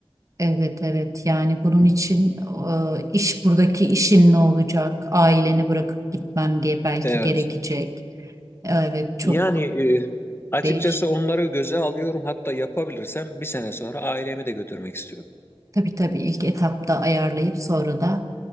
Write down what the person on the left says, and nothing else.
Evet.
Yani e, açıkçası
onları göze alıyorum. Hatta yapabilirsem bir sene sonra ailemi de götürmek istiyorum.